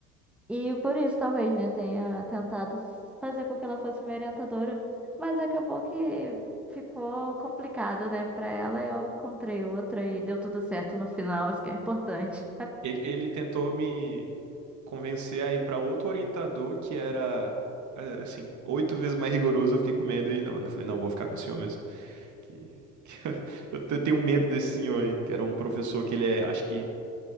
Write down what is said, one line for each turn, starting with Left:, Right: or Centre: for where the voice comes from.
Centre: E por isso, talvez, né, tenha tentado fazer com que ela fosse minha orientadora. Mas acabou que ficou complicado, né, pra ela. Eu encontrei outra e deu tudo certo no final. Isso que é importante.
Right: Ele, ele tentou me convencer a ir pra outro orientador que era, eh, assim, oito vezes mais rigoroso. Eu fiquei com medo e não, eu falei, não, vou ficar com o senhor mesmo. Que, que <laughs> eu tenho medo desse senhor aí, que era um professor que ele é, acho que